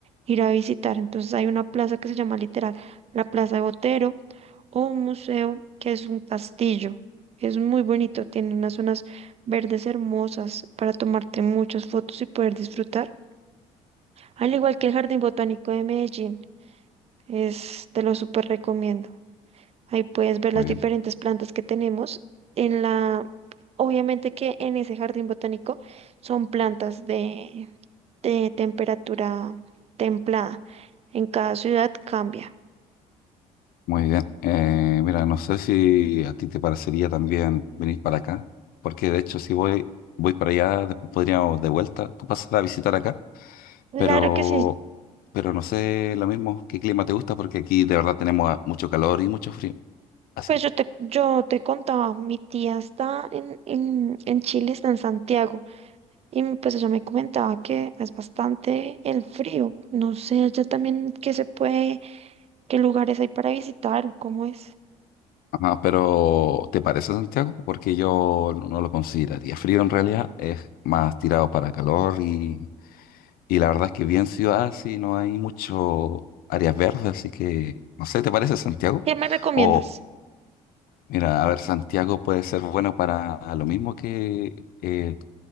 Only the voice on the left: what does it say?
Muy
bien,
muy bien. Eh, mira, no sé si a ti te parecería también venir para acá, porque de hecho si voy, voy para allá, después podríamos de vuelta, tú pasar a visitar acá,
pero,
pero no sé lo mismo, qué clima te gusta, porque aquí de verdad tenemos ah, mucho calor y mucho frío. Así.
Ajá, pero ¿te parece Santiago? Porque yo no, no lo consideraría frío en realidad, es más tirado para calor y Y la verdad es que bien ciudad, sí, no hay mucho áreas verdes, así que, no sé, ¿te parece Santiago?
O, mira, a ver, Santiago puede ser bueno para lo mismo que eh,